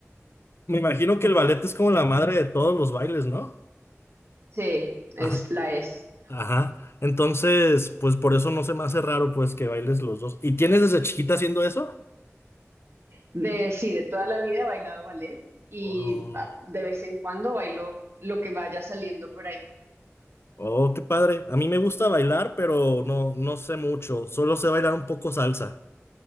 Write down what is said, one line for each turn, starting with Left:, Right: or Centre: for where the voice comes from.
Left: Me imagino que el ballet es como la madre de todos los bailes, ¿no?
Right: Sí, es
Left: Ajá,
Right: la es.
Left: ajá. Entonces, pues por eso no se me hace raro, pues, que bailes los dos. ¿Y tienes desde chiquita haciendo eso?
Right: De, sí, de toda la vida he bailado ballet y
Left: Oh,
Right: ah, de vez en cuando bailo lo que vaya saliendo por ahí.
Left: oh, qué padre. A mí me gusta bailar, pero no, no sé mucho. Solo sé bailar un poco salsa.